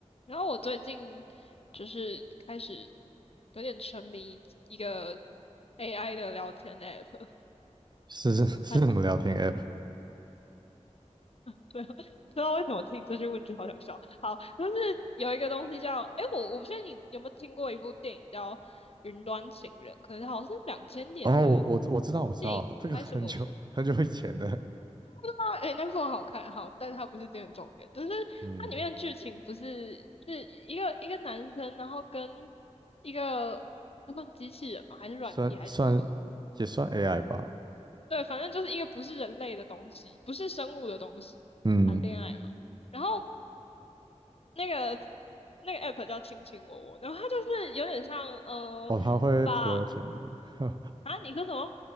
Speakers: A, on the left (about 55°); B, on the right (about 35°).
A: 然后我最近就是开始有点沉迷一个 AI 的聊天 app，
B: 是是 <laughs> 是什么聊天
A: 它
B: app？
A: 对，不知道为什么听这句问句好想笑。好，就是有一个东西叫，诶，我我不确定你有没有听过一部电影叫《云端情人》，可能好像是两千年的
B: 哦，我我我知道我知道，
A: 电影吗？
B: 这个很久很久以前的，
A: 还是什么的？啊，哎、那部很好看，好，但它不是这个重点，就是
B: 嗯，
A: 它里面的剧情不是是一个一个男生，然后跟一个那们机器人嘛，还是软体还是什么东西？
B: 算算也算 AI 吧，
A: 对，反正就是一个不是人类的东西，不是生物的东西谈恋爱嘛。
B: 嗯，
A: 然后那个那个 app 叫亲亲我我，然后它就是有点像呃，
B: 哦，他会
A: 把
B: flirting 你，<laughs>
A: 啊，你说什么？